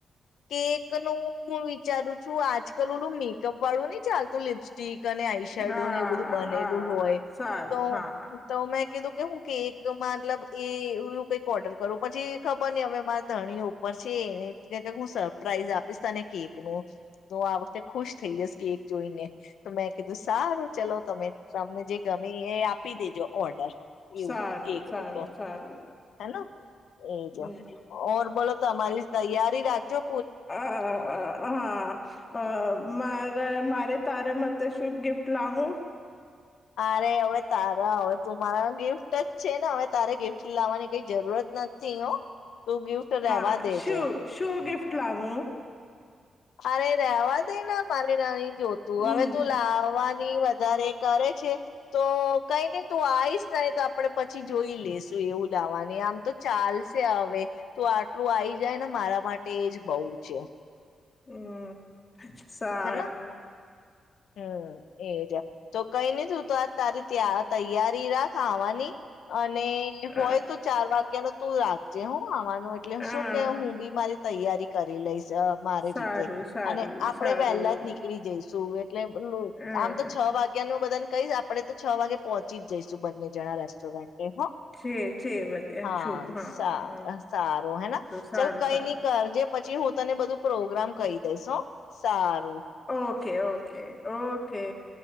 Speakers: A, on the left; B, on the left.
A: કેક નું હું વિચારું છું આજ કલ ઓલું મેકઅપ વાળું નહી ચાલતું લિપસ્ટિક અને આઈશરડોને
B: હા
A: એ બધું બનેલું
B: હા
A: હોય
B: સારું
A: તો
B: હા
A: તો મેં કીધું કે હું એક તો મતલબ એ- કોઈ ક ઓર્ડર કરું પછી ખબર નઈ અમે મારા ધણી ઉપર છે, એને હું સરપ્રાઈઝ આપીશ તાને કેક નું તો આ વખતે ખુશ થઈ જઈશ કેક જોઈને તો મેં કીધું સારું. ચલો તમે તમને જે ગમે એ આપી દેજો ઓર્ડર એવું
B: સારું
A: કેક નું
B: સારું
A: તો
B: સારું
A: હેન. એજ
B: હમ
A: ઓર બોલો તો અમારી તૈયાર રિ રાજ્યો
B: અ હા અ મા. બ મારે તારે મતે શું ગિફ્ટ લાવું?
A: અરે હવે તારા હવે તું મારા ગિફ્ટ જ છે, ને હવે તારે ગિફ્ટ લાવવાની કઈ જરૂરત નથી હ. તું ગિફ્ટ લેવા
B: હા
A: દેજે.
B: શું શું ગિફ્ટ લાવું.
A: અરે રેવા દઈ ના મારે ના. જોતું
B: હમ
A: હવે તું લાવવાની. દારે કરે છે તો કઈ નને તું આવીઈશ ને તો આપડણે પછી જોઈ લેશું એવું લાાવવાનું આમ તો ચાલશે હવે તું એટલું આવી જાય ને મારા માટે એજ બઉુ છે.
B: હમ્મ. સારું.
A: હેના હમ એ જ તો કઈ નહ થું તો આ તારી ત્યાં તૈયારી રાખાવાની અને અને
B: હ
A: હોય તો ચાર વાગ્યા ન તું રાખજે હો. એટલે
B: હ
A: શું કે હું બી મારી તૈયારી કરી. <unintelligible> મારી
B: સારું
A: રીતે
B: સારું
A: અને આપણે
B: સારું
A: પહેલા જ નીળી સુું એ એટલે <unintelligible>
B: હમ
A: આમ તો છ વાગ્યા નુ બધાને કઈ આપડે તો છ વાગે પહોંચી જઈશું બંને જણા રેસ્ટોરન્ટ એ હ
B: છે છે બધે
A: હા
B: છું હા
A: સાર સારું હેના
B: સારું
A: ચાલ કઈ
B: સારું
A: ન કરજે પછી હું તને બધું પ્રોગ્રામ કહી દઈસ હ. સારું
B: ઓકે ઓકે ઓકે